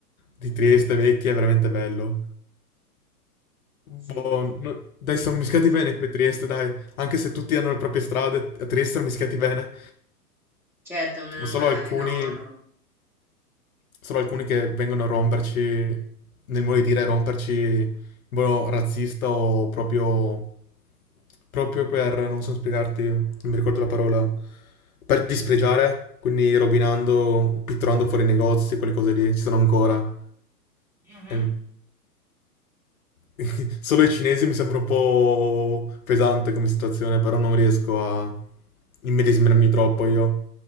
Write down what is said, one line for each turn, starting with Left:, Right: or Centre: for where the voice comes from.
Left: di Trieste vecchia, è veramente bello.
Centre: Sì.
Left: Boh, no- dai, sono mischiati bene qui a Trieste, dai. Anche se tutti hanno le proprie strade, a Trieste sono mischiati bene.
Centre: Certo, meno
Left: Solo
Centre: male,
Left: alcuni,
Centre: no, no,
Left: solo alcuni che vengono a romperci, nel modo di dire, romperci in modo razzista o proprio, proprio per, non so spiegarti, non mi ricordo la parola, per dispregiare, quindi rovinando, pitturando fuori i negozi, quelle cose lì, ci sono ancora.
Centre: Mhm.
Left: E <laughs> Solo i cinesi mi sembra un po' pesante come situazione, però non riesco a immedesimarmi troppo io.